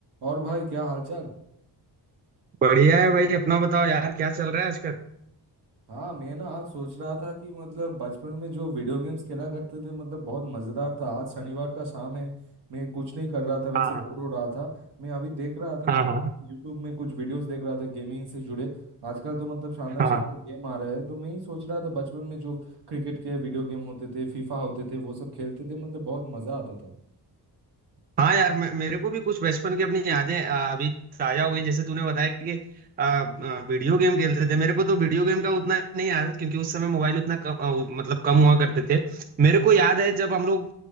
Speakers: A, on the right; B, on the right.
A: और भाई क्या हालचाल
B: बढ़िया है भाई अपना बताओ यार क्या चल रहा है आजकल
A: हाँ मैं ना आज सोच रहा था कि मतलब बचपन में जो वीडियो गेम्स खेला करते थे मतलब बहुत मजेदार था आज शनिवार का शाम है मैं कुछ नहीं कर रहा था वैसे
B: हाँ
A: बोर
B: हाँ
A: हो रहा था मैं अभी देख रहा था
B: हाँ
A: मतलब
B: हाँ
A: यूट्यूब में कुछ वीडियोस देख रहा था गेमिंग से जुड़े आजकल तो मतलब शानदार
B: हाँ
A: शानदार गेम आ रहे हैं तो मैं ही सोच रहा था बचपन में जो क्रिकेट के वीडियो गेम होते थे फीफा होते थे वो सब खेलते थे मतलब बहुत मजा आता था
B: हाँ यार मे- मेरे को भी कुछ बचपन की अपनी यादें अ, अभी ताजा हो गई जैसे तूने बताया कि अ, अ, वीडियो गेम खेलते थे मेरे को तो वीडियो गेम का उतना नहीं याद है क्योंकि उस समय मोबाइल उतना कम अ, मतलब कम हुआ करते थे मेरे को याद है जब हम लोग